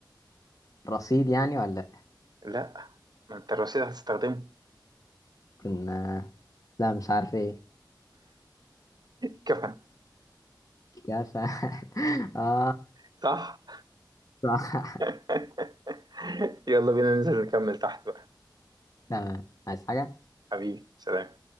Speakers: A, on the left (about 45°); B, on the right (about 60°).
A: رصيد يعني ولا لأ؟
B: لا ما انت الرصيد هتستخدمه
A: كنا لا مش عارف ايه
B: <laughs> كفن
A: كفى <laughs> اه
B: صح
A: صح
B: <laughs> يلا بينا ننزل نكمل تحت بقى
A: تمام عايز حاجة
B: حبيبي سلام